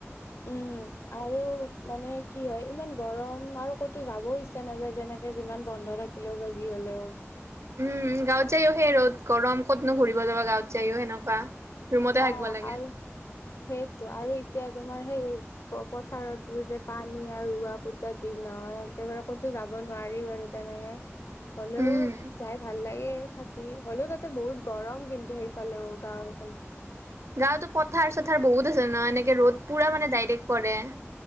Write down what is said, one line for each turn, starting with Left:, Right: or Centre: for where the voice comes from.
Left: উম আৰু মানে কি হয় ইমান গৰম আৰু ক'তো যাব ইচ্ছা নাযায় যেনেকে যিমান বন্ধ। ৰাখিলেও বা যি হলেও।
Right: উম গাঁৱত যায়ো সেই ৰ'দ গৰম ক'তনো ঘূৰিব যাবা গাঁৱত যায়ো সেনেকুৱা ৰুমতে
Left: অ
Right: থাকিব লাগে।
Left: আৰু সেই ত আৰু এতিয়া তোমাৰ সেই পথাৰতো যে পানী আৰু ৰোৱা পোচা দিন নহয়। একেবাৰে ক'তো যাব নোৱাৰি আৰু তেনেকে হলেও
Right: উম,
Left: যাই ভাল লাগে। কি হ'লেও তাতে বহুত গৰম কিন্তু সেই ফালেও গাওফালে
Right: গাঁৱতো পথাৰ চথাৰ বহুত আছে ন এনেকে ৰ'দ পুৰা মানে ডাইৰেক্ট পৰে।